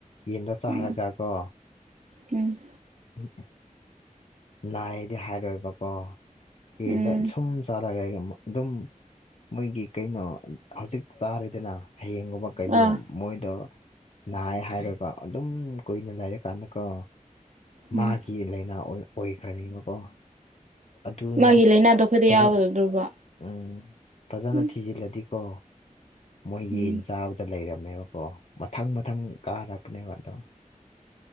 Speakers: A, on the left; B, on the right.
A: ꯌꯦꯟꯗꯣ ꯆꯥꯔꯒ
B: ꯎꯝ
A: ꯀꯣ
B: ꯎꯝ
A: <unintelligible> ꯅꯥꯏꯗꯤ ꯍꯥꯏꯔꯣꯏꯕꯀꯣ ꯌꯦꯟꯗꯣ
B: ꯎꯝ
A: ꯁꯨꯝ ꯆꯥꯔꯒ ꯑꯗꯨꯝ ꯃꯣꯏꯒꯤ ꯀꯩꯅꯣ ꯍꯧꯖꯤꯛ ꯆꯥꯔꯦꯗꯅ ꯍꯌꯦꯡꯒꯨꯝꯕ ꯀꯩꯅꯣ
B: ꯑꯥ
A: ꯃꯣꯏꯗꯣ ꯅꯥꯏ ꯍꯥꯏꯔꯦꯕ ꯑꯗꯨꯝ ꯀꯨꯏꯅ ꯂꯩꯔꯀꯥꯟꯗꯀꯣ
B: ꯎꯝ
A: ꯃꯥꯒꯤ ꯂꯥꯏꯅꯥ ꯑꯣꯏ ꯑꯣꯏꯈ꯭ꯔꯅꯤꯕꯀꯣ ꯑꯗꯨꯅ
B: ꯃꯥꯒꯤ ꯂꯥꯏꯅꯥꯗꯣ ꯑꯩꯈꯣꯏꯗ
A: ꯐꯖꯅ
B: ꯌꯥꯎꯒꯗ꯭ꯔꯣꯕ
A: ꯎꯝ ꯐꯖꯅ
B: ꯎꯝ
A: ꯊꯤꯖꯤꯜꯂꯗꯤꯀꯣ ꯃꯣꯏ ꯌꯦꯟ
B: ꯎꯝ
A: ꯆꯥꯕ ꯇꯥ ꯂꯩꯔꯝꯃꯦꯕꯀꯣ ꯃꯊꯪ ꯃꯊꯪ ꯀꯥꯔꯛꯄꯅꯦꯕ ꯑꯗꯣ